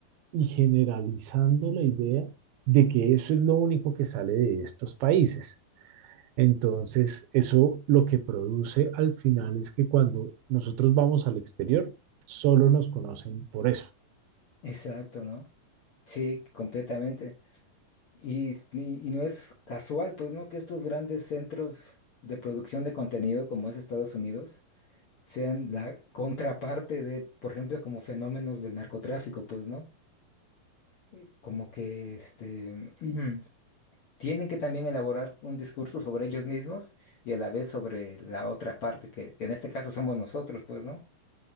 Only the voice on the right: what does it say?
y generalizando la idea de que eso es lo único que sale de estos países. Entonces, eso lo que produce al final es que cuando nosotros vamos al exterior, solo nos conocen por eso.